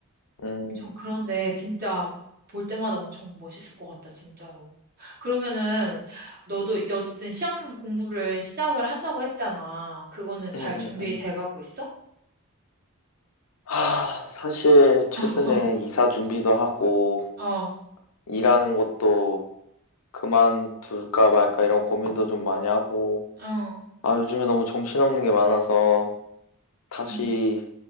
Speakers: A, on the left; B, on the right.
A: 음,
B: 엄청 그런데 진짜 볼 때마다 엄청 멋있을 것 같다, 진짜로. 그러면은 너도 이제 어쨌든 시험 공부를 시작을 한다고 했잖아. 그거는 잘
A: 음,
B: 준비돼
A: 음, 음.
B: 가고 있어?
A: 하, 사실, 최근에
B: <laughs>
A: 이사 준비도 하고,
B: 어,
A: 일하는 것도 그만둘까 말까 이런 고민도 좀 많이 하고,
B: 어,
A: 아, 요즘에 너무 정신없는 게 많아서, 다시
B: 음,